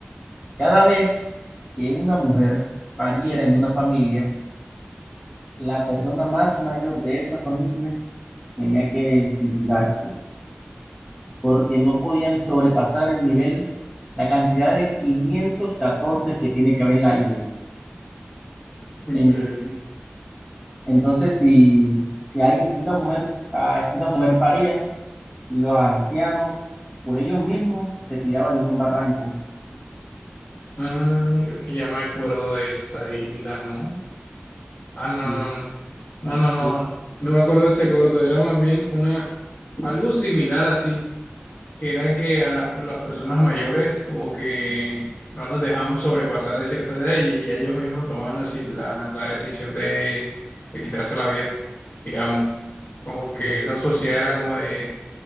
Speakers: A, on the left; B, on the left.
A: Cada vez que una mujer pariera en una familia, la persona más mayor de esa familia tenía que suicidarse. porque no podían sobrepasar el nivel, la cantidad de 514 que tiene que haber en la isla.
B: increíble.
A: En- entonces, si, si alguien, si una mujer, pa- si una mujer paría, los ancianos, por ellos mismos, se tiraban desde un barranco.
B: Ah, creo que ya me acuerdo de esa isla, ¿no? Ah, no,
A: Sí,
B: no,
A: no
B: no, no, no, no,
A: sé.
B: no me acuerdo de ese corto, era más bien una, algo similar así, que era que a las, las personas mayores como que no las dejaban sobrepasar de cierta edad y, y ellos mismos tomaban la, ci- la, la decisión de, de quitarse la vida, digamos. Como que
A: Sí,
B: esa sociedad era como de,